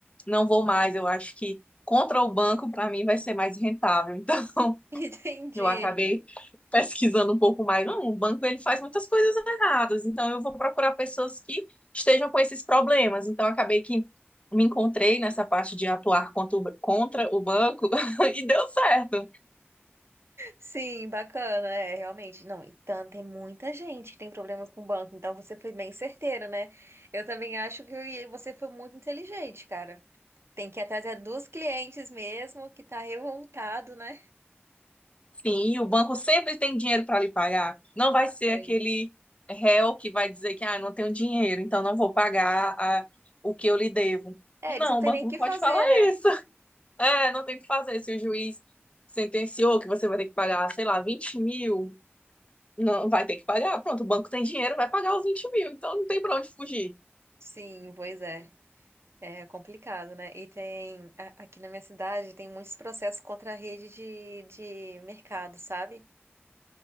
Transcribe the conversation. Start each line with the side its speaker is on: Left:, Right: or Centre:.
Left: não vou mais, eu acho que contra o banco para mim vai ser mais rentável. Então
Right: <laughs> Entendi.
Left: <laughs> eu acabei pesquisando um pouco mais. Não, o banco ele faz muitas coisas erradas, então eu vou procurar pessoas que estejam com esses problemas. Então acabei que me encontrei nessa parte de atuar contra o, contra o banco <laughs> e deu certo.
Right: Sim, bacana, é, realmente. Não, e tanto, tem muita gente que tem problemas com o banco, então você foi bem certeira, né? Eu também acho que você foi muito inteligente, cara. Tem que ir atrás é dos clientes mesmo, que tá revoltado, né?
Left: Sim, o banco sempre tem dinheiro para lhe pagar. Não vai ser
Right: Tem.
Left: aquele réu que vai dizer que ah, eu não tenho dinheiro, então não vou pagar a, o que eu lhe devo.
Right: É,
Left: Não,
Right: eles não têm
Left: o banco
Right: nem o
Left: não
Right: que
Left: pode
Right: fazer,
Left: falar
Right: né?
Left: isso. É, não tem o que fazer. Se o juiz sentenciou que você vai ter que pagar, sei lá, 20 mil, não vai ter que pagar. Pronto, o banco tem dinheiro, vai pagar os 20 mil, então não tem pra onde fugir.
Right: Sim, pois é. É complicado, né? E tem, a- aqui na minha cidade, tem muitos processos contra a rede de, de mercado, sabe?